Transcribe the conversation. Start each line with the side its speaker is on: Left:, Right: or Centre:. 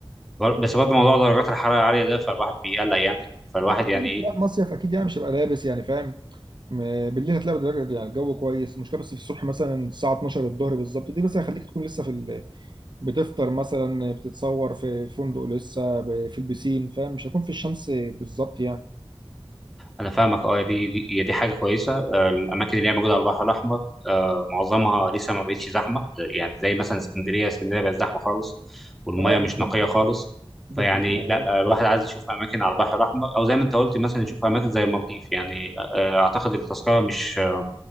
Centre: بر- بس برضه موضوع درجات الحراره العاليه ده فالواحد بيقلق يعني فالواحد
Right: يعني
Centre: يعني ايه
Right: رايح مصيف اكيد يعني مش هبقى لابس يعني فاهم م- بالليل هتلاقي درجة- يعني الجو كويس المشكله بس في الصبح مثلا الساعه 12 الظهر بالظبط دي بس هيخليك تكون لسه في ال... بتفطر مثلا بتتصور في فندق لسه ب- في البسين فاهم مش هكون في الشمس بالظبط يعني
Centre: انا فاهمك اه دي دي هي دي حاجه كويسه آه، الاماكن اللي هي موجوده على البحر الاحمر آه، معظمها لسه ما بقتش زحمه يعني زي مثلا اسكندريه اسكندريه بقت زحمه خالص والميه
Right: اه
Centre: مش
Right: جدا
Centre: نقيه خالص
Right: دي
Centre: فيعني
Right: حقيقة
Centre: لا آه، الواحد عايز يشوف اماكن على البحر الاحمر او زي ما انت قلت مثلا يشوف اماكن زي المالديف يعني آه، اعتقد التذكره مش آه،